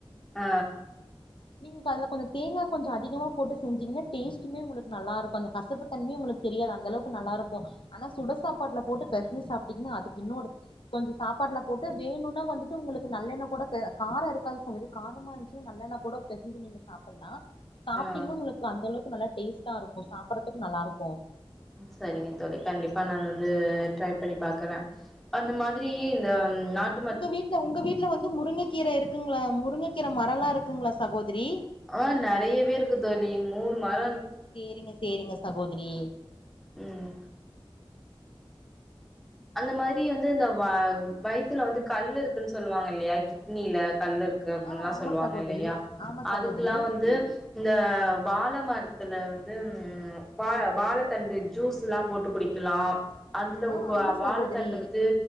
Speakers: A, in the centre; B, on the left.
A: ஆ
B: நீங் இப்ப அதுல கொஞ்ச தேங்கா கொஞ்ச அதிகமா போட்டு செஞ்சீங்கனா டேஸ்ட்டுமே உங்களுக்கு நல்லா இருக்கு அந்த கஸ் சசப்பு தன்மையே உங்குளுக் தெரியாது அந்த அளவுக்கு நல்லாருக்கு ஆனா சுடசாப்பாட்ல போட்டு பெசஞ்சு சாப்ட்டீங்னா அதுக்கு இன்னொரு கொஞ்ச சாப்பாட்ல போட்டு வேணுனா வந்துட்டு உங்களுக்கு நல்லெண்ண கூட பே கார இருக்காது சகோரி காரமா இருஞ்சுனா நல்லெண்ண கூட பெசஞ்சு நீங்க சாப்பலா சாப்டீங்கினா
A: ஆ
B: உங்களுக் இல்ல அந்த அளவுக்கு நல்லா டேஸ்டா இருக்கு சாப்பற்றதுக்கு நல்லார்க்கு
A: சரிங்க தோழி கண்டிப்பா நானு வந்து ட்ரை பண்ணி பாக்கற அந்த மாதிரி இந்த நாட்
B: உங்க வீட்ல உங்க வீட்ல வந்து முருங்க கீர இருக்குங்ளா முருங்க கீர மரலா இருக்குங்ளா சகோதரி
A: ஆ நெறையவே இருக்கு தோழி மூணு மர
B: சேரிங்க சேரிங்க சகோதரி
A: ம் அந்த மாதிரி வந்து இந்த வ வயத்துல வந்து கல்லு இருக்குன் சொல்லுவாங்க இல்லையா கிட்னியில கல்லு இருக் கப்புன்ல
B: ஆ ஆமா
A: சொல்லுவாங்க
B: சகோதரி
A: இல்லையா
B: ஆமா
A: அதுக்கிலா
B: சகோதரி
A: வந்து இந்த வாழ மர்த்தில வந்து வ வாழத்தண்டு ஜூஸ்லா போட்டு குடி கிலாம் அந்துல புக்கு
B: ஆ ஆமா
A: வாழ
B: சகோதரி
A: தண்டு வந்து